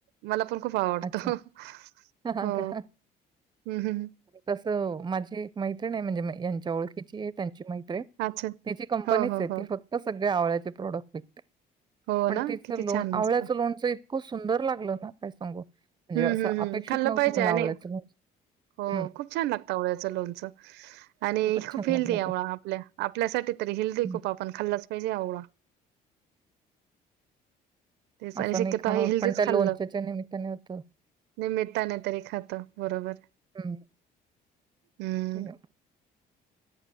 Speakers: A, on the right (about 90°); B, on the right (about 25°).
A: मला पण खूप आवडतो,
B: अच्छा. का?
A: हो हम्म हम्म.
B: तसं माझी एक मैत्रीिण आहे म्हणजे यांच्या ओळखीची आहे, त्यांची मैत
A: अच्छा
B: तिची कंपनीच
A: हो हो
B: आहे
A: हो
B: ती फक्त सगळे आवळ्याचे प्रोडक्ट विकते.
A: हो
B: पण
A: ना
B: तिचं
A: किती
B: लोण
A: छान
B: आवळ्याचं
A: मस्त
B: लोणच इतकं सुंदर लागलं ना, काय सांगू. म्हणजे
A: हम्म
B: असं
A: हम्म
B: अपेक्षित
A: हम्म खाल्लं
B: नव्हतं
A: पाहिजे
B: मला
A: आणि
B: आवळ्यांच लोणचं.
A: हो
B: हं.
A: खूप छान लागतं आवळ्याचं लोणचं, आणि
B: खूपच
A: खूप
B: छान
A: हेल्दी
B: लागलं
A: आवळा.
B: ते.
A: आपल्या आपल्यासाठी तरी हिल्दी
B: हं.
A: खूप आपण खाल्लाच पाहिजे आव. तेच आणि
B: असं
A: शक्यता
B: नाही खाणं
A: हे
B: होत,
A: हेल
B: पण
A: तेच
B: त्या
A: खाल्लं.
B: लोणच्याच्या निमित्ताने होतं.
A: निमित्ताने नाही तरी खातो बरोबर
B: हं.
A: हम्म
B: म्हणजे